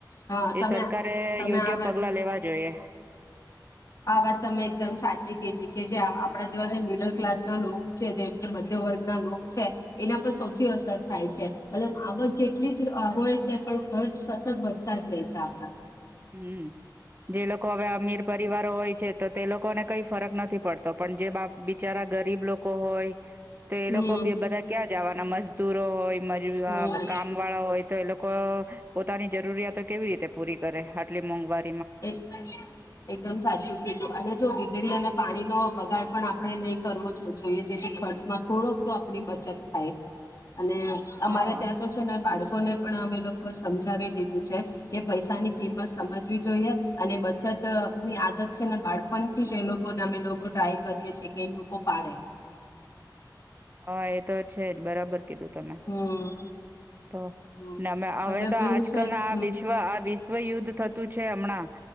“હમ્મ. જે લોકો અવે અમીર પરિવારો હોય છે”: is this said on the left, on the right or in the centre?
Right